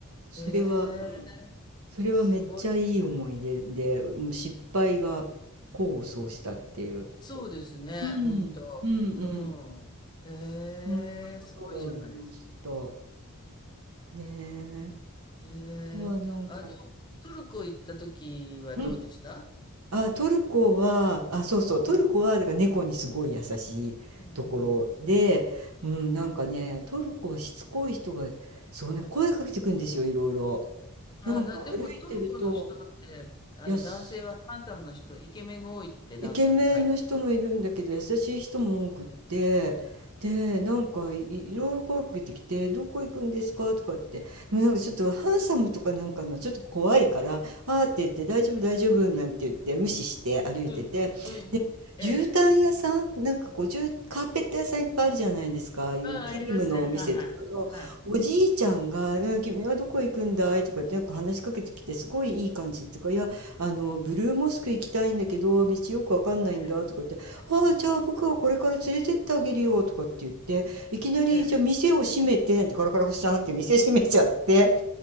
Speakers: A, on the right; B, on the left.
A: それは、
B: え
A: うん、
B: え。
A: それはめっちゃいい思い出で、
B: すごいですね。
A: うん失敗が功を奏したっていう。
B: そうですね、
A: うん、
B: ほんと。
A: うん、うん。
B: うん。ええ、
A: そんなことがありました。
B: すごいじゃないですか。
A: ねえ。
B: ええ。
A: あとはなんか、
B: あの、トルコ行った時はどうでした？
A: うん。あ、トルコは、あ、そうそう、トルコは、
B: うん。
A: だから猫にすごい優しいところで、
B: うんうん。
A: うん、なんかね、
B: うん。
A: トルコはしつこい人が、そうね、声かけてくるんですよ、いろいろ。
B: ああ、
A: なんか歩いてると、
B: なでもトルコの人って、あの、
A: やす、
B: 男性はハンサムな人、イケメンが多いってなんかに書いてある。
A: イケメンの人もいるんだけど、優しい人も多くって、で、なんかい、いろいろ声かけてきて、どこ行くんですかとかって、でもなんかちょっとハンサムとかなんかの、ちょっと怖いから、あーって言って、大丈夫、大丈夫、なんて言って、無視して歩いてて、
B: うん。うん。ええ。
A: 絨毯屋さん、なんかこう、じゅうカーペット屋さんいっぱいあるじゃないですか。ああいうキリムのお店とかの、
B: うん、ありますね。はいはい。はい。
A: おじいちゃんが、えー君はどこ行くんだいとかってなんか話しかけてきて、すごいいい感じだったから、いや、あの、ブルーモスク行きたいんだけど、道よくわかんないんだとかって、
B: ええ、
A: ああ、じゃあ僕はこれから連れてってあげるよとかって言って、いきなり、
B: ええ。
A: じゃあ店を閉めて、ってガラガラガシャンって店閉めちゃって、